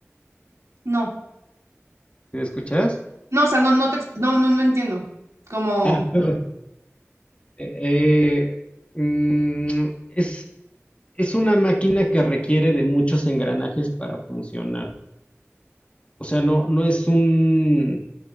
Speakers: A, on the right; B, on the left.
A: No.
B: ¿Sí ¿Me escuchas?
A: No, o sea, no, no, te ex- no, no, no entiendo. Como,
B: Ah, <laughs> Eh, eh, mm, es, es una máquina que requiere de muchos engranajes para funcionar. O sea, no, no es un,